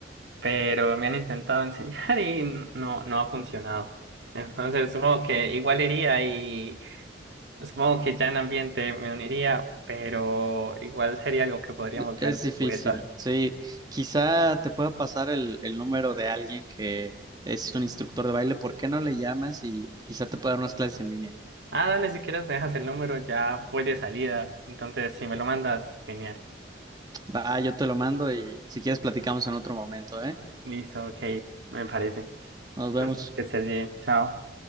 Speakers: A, on the right; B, on the right.
A: pero me han intentado <laughs> enseñar y no, no ha funcionado. Entonces supongo que igual iría y supongo que ya en ambiente me uniría, pero igual sería algo que podríamos
B: Es
A: ver después.
B: difícil, sí. Quizá te pueda pasar el, el número de alguien que es un instructor de baile. ¿Por qué no le llamas y quizá te pueda dar unas clases en línea?
A: Ah, dale, si quieres me dejas el número, ya voy de salida. Entonces, si me lo mandas, genial.
B: Va, yo te lo mando y si quieres platicamos en otro momento, ¿eh?
A: Listo, ok, me parece.
B: Nos vemos.
A: Pues que estés bien, chao.